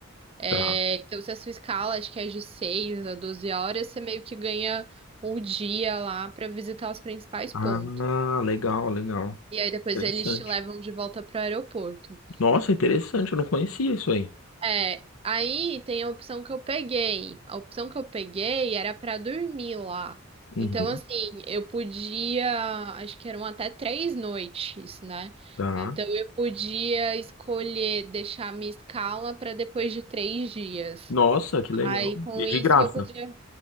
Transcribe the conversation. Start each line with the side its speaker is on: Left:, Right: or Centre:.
Right: É,
Left: tá.
Right: então, se a sua escala, acho que é de 6 a 12 horas, você meio que ganha o dia lá para visitar os principais
Left: Ah,
Right: pontos.
Left: legal, legal.
Right: E aí depois
Left: Interessante.
Right: eles te levam de volta para o aeroporto.
Left: Nossa, interessante, eu não conhecia isso aí.
Right: É, aí tem a opção que eu peguei. A opção que eu peguei era pra dormir lá.
Left: Uhum,
Right: Então, assim, eu podia, acho que eram até três noites, né?
Left: tá.
Right: Então, eu podia escolher deixar a minha escala pra depois de três dias.
Left: Nossa, que legal.
Right: Aí, com
Left: E
Right: isso,
Left: de graça.
Right: eu podia.